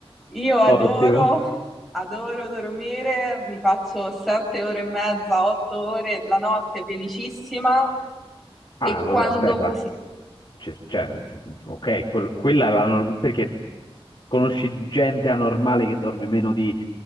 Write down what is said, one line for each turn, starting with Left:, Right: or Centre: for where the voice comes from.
Centre: Io adoro,
Left: Ottimo.
Centre: adoro dormire, mi faccio sette ore e mezza, otto ore la notte felicissima
Left: Ah,
Centre: e
Left: vabbè,
Centre: quando,
Left: aspetta.
Centre: sì,
Left: Cioè, cioè, ok, quel- quella è la norma, perché conosci gente anormale che dorme meno di,